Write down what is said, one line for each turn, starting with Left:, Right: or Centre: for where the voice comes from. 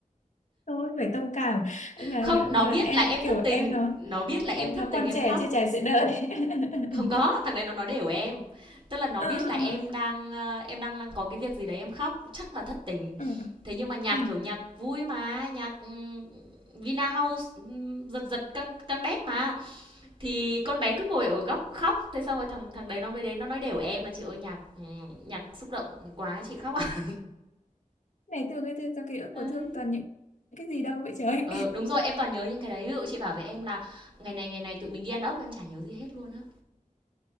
Left: thôi phải thông cảm là
Right: không
Left: kiểu,
Right: nó
Left: giờ
Right: biết
Left: em
Right: là em
Left: kiểu
Right: thất tình
Left: em nó
Right: nó biết là em
Left: em
Right: thất
Left: nó
Right: tình
Left: còn
Right: em
Left: trẻ
Right: khóc
Left: chưa trải sự đời <laughs>
Right: không có thằng đấy nó nói đều em tức là nó
Left: ờ
Right: biết là
Left: ờ
Right: em đang ờ, em đang, đang có cái việc gì đấy em khóc chắc là thất tình
Left: ờ à.
Right: thế nhưng mà nhạc
Left: à.
Right: kiểu nhạc vui mà nhạc ừ, Vina House ừ, giật giật căng căng đét mà thì con bé cứ ngồi ở góc khóc thế xong rồi thằng thằng đấy nó mới đến nó nói đều em là chị ơi nhạc ừ, nhạc xúc động quá chị khóc ạ
Left: này thương cái thương cho <laughs> ký ức
Right: <laughs>
Left: của thương toàn những cái gì đâu vậy trời
Right: ờ đúng rồi em toàn nhớ những cái đấy ví dụ chị bảo với em là ngày này ngày này tụi mình đi ăn ốc em chả nhớ gì hết luôn á